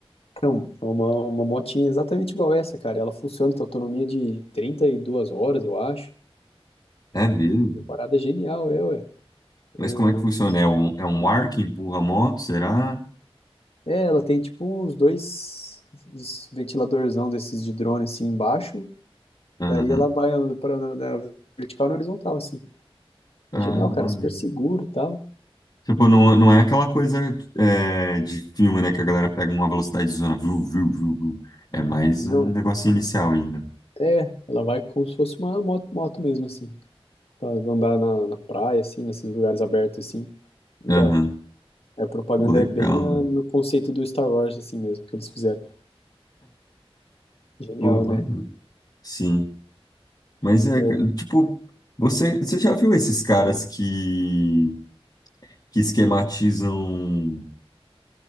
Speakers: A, on the left; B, on the left.
A: Então, é uma, uma motinha exatamente igual essa, cara. Ela funciona, com autonomia de 32 horas, eu acho.
B: É mesmo?
A: Uma parada é genial, é, ué.
B: Mas
A: Eu...
B: como é que funciona? É um, é um ar que empurra a moto, será?
A: É, ela tem tipo uns dois uns ventiladorzão desses de drone assim embaixo.
B: Aham.
A: E daí ela vai para na vertical e na horizontal, assim.
B: Ah,
A: Genial, cara.
B: maneiro.
A: Super seguro e tal.
B: Tipo, não, não é aquela coisa é, de filme, né? Que a galera pega uma velocidade de zona. Viu, viu, viu, viu. É mais
A: Não,
B: um negócio inicial ainda.
A: é, ela vai como se fosse uma moto, moto mesmo, assim. Pra andar na, na praia, assim, nesses lugares abertos, assim. Da
B: Aham.
A: hora. É, A propaganda
B: Pô, legal.
A: é bem na- no conceito do Star Wars, assim mesmo, que eles fizeram. Genial,
B: Pô, mano.
A: né?
B: Sim. Mas é,
A: Eu,
B: ca- tipo, você, você já viu esses caras que, que esquematizam,